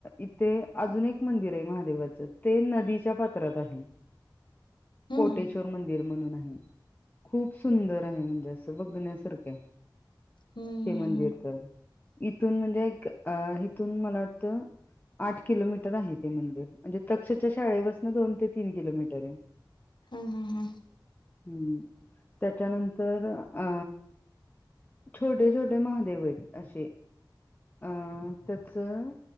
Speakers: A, on the left; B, on the left.
A: इथे अजून एक मंदिर आहे महादेवाचं ते नदीच्या पात्रात आहे.
B: हं
A: कोटेश्वर
B: हं.
A: मंदिर. म्हणून आहे. खूप सुंदर आहे म्हणजे असं बघण्यासारखे.
B: हं हं
A: ते मंदिर
B: हं
A: तर इथून म्हणजे एक. अ. इथून मला वाटतं. आठ किलोमीटर आहे ते मंदिर म्हणजे तक्षच्या शाळेपासन दोन ते तीन किलोमीटर आहे.
B: हम् हम् हम्.
A: हमं. त्याच्यानंतर. अ छोटे छोटे महादेव आहेत असे अं त्याचं